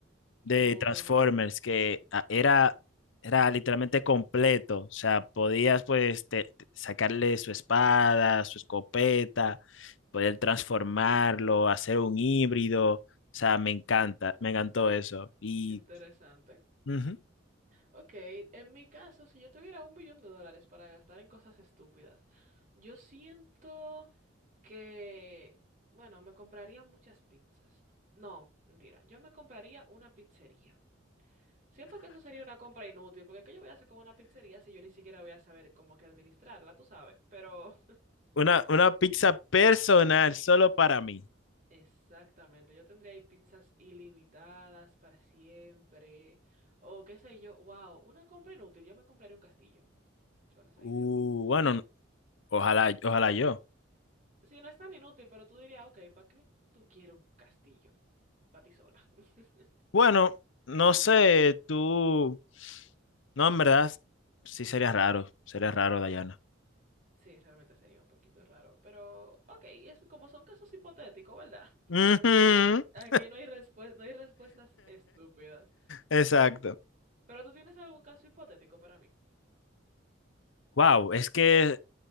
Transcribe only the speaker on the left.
de
Transformers que ah, era, era literalmente completo. O sea, podías pues te- te- sacarle su espada, su escopeta, poder transformarlo, hacer un híbrido. O sea, me encanta, me encantó eso. Y
ujú,
una, una pizza personal solo para mí.
Uh,
bueno, ojalá, ojalá yo.
Bueno, no sé, tú, no, en verdad, sí sería raro, sería raro, Dayana.
Ujú.
<laughs>
Exacto.
Wow, es que